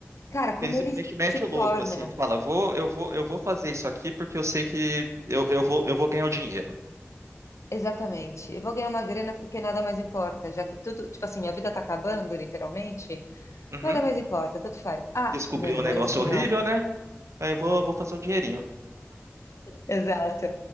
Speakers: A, on the left (about 85°); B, on the right (about 85°).
A: cara,
B: Ele
A: como
B: simplesmente
A: ele
B: mete
A: se
B: o louco,
A: torna,
B: assim, ele fala, vou, eu vou, eu vou fazer isso aqui porque eu sei que eu, eu vou, eu vou ganhar o dinheiro.
A: exatamente, eu vou ganhar uma grana porque nada mais importa, já que tudo, tipo assim, minha vida tá acabando, literalmente,
B: Uhum.
A: nada mais importa, tanto faz. Ah,
B: Descobriu
A: mano,
B: um negócio
A: mas assim,
B: horrível,
A: ó.
B: né? Aí eu vou, vou fazer um dinheirinho.
A: Exato.